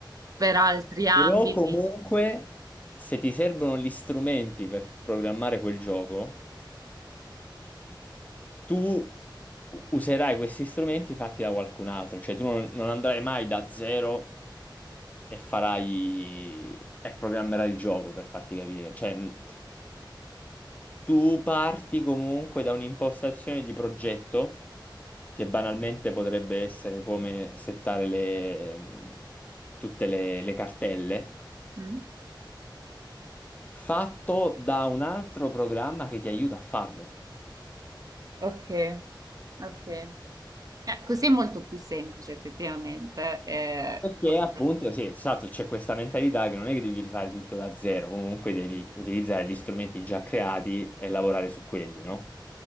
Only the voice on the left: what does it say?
Però comunque, se ti servono gli strumenti per programmare quel gioco, tu u- userai questi strumenti fatti da qualcun altro, cioè tu non, non andrai mai da zero e farai e programmerai il gioco per farti capire. Cioè, mh, tu parti comunque da un'impostazione di progetto che banalmente potrebbe essere come settare le, mh, tutte le le cartelle.
fatto da un altro programma che ti aiuta a farlo.
Perché
appunto, sì, esatto, c'è questa mentalità che non è che devi rifare tutto da zero, comunque devi utilizzare gli strumenti già creati e lavorare su quelli, no?